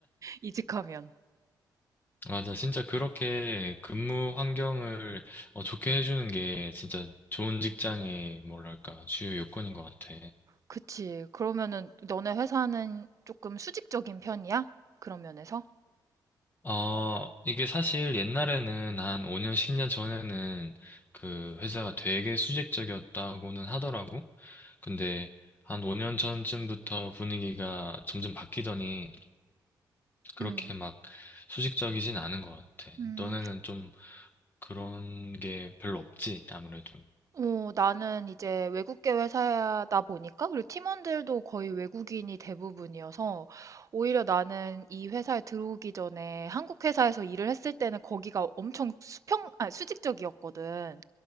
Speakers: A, on the right (about 40°); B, on the left (about 25°).
A: 이직하면.
B: 맞아. 진짜 그렇게 근무 환경을 어, 좋게 해주는 게 진짜 좋은 직장의 뭐랄까, 주요 요건인 것 같아.
A: 그치. 그러면은 너네 회사는 조금 수직적인 편이야? 그런 면에서?
B: 아, 이게 사실 옛날에는 한 5년, 10년 전에는 그 회사가 되게 수직적이었다고는 하더라고. 근데 한 5년 전쯤부터 분위기가 점점 바뀌더니 그렇게
A: 음.
B: 막 수직적이진 않은 것 같아.
A: 음.
B: 너네는 좀 그런 게 별로 없지, 아무래도.
A: 어 나는 이제 외국계 회사다 보니까 그리고 팀원들도 거의 외국인이 대부분이어서 오히려 나는 이 회사에 들어오기 전에 한국 회사에서 일을 했을 때는 거기가 엄청 수평, 아, 수직적이었거든.